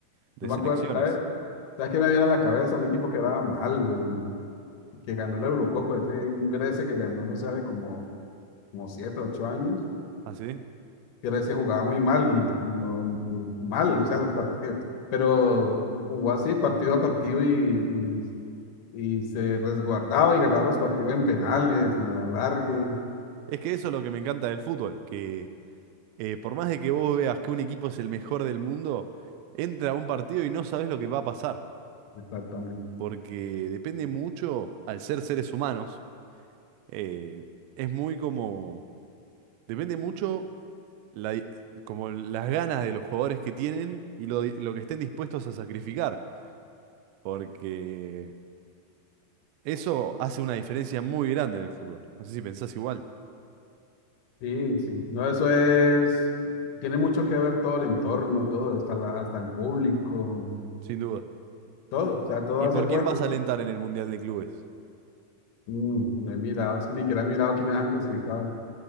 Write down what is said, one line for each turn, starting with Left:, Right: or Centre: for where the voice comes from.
Right: de
Left: Yo me
Right: selecciones?
Left: acuerdo, ¿sabes? ¿Sabes qué me viene a la cabeza? Un equipo que era mal, eh, que ganó la Eurocopa, ese un Grecia que ganó, no sé, hace como, como siete, ocho años.
Right: ¿Así?
Left: Grecia jugaba muy mal, y no, mal, o sea, los partidos, <laughs> pero jugó así partido a partido y, y, y se resguardaba y ganaba los partidos en penales, en la largue
Right: Es que eso es lo que me encanta del fútbol, que eh, por más de que vos veas que un equipo es el mejor del mundo, entra a un partido y no sabes lo que va a pasar,
Left: exactamente.
Right: porque depende mucho, al ser seres humanos, eh, es muy como, depende mucho la di- como las ganas de los jugadores que tienen y lo, di- lo que estén dispuestos a sacrificar, porque eso hace una diferencia muy grande en el fútbol. No sé si pensás igual,
Left: Sí, sí, no, eso es, tiene mucho que ver todo el entorno, todo, hasta la, hasta el público,
Right: sin duda.
Left: Todo, o sea, todo
Right: ¿Y
Left: hace
Right: por
Left: fuerza.
Right: quién vas a alentar en el Mundial de Clubes?
Left: Mm, no he mirado, es que ni siquiera he mirado quiénes han clasificado.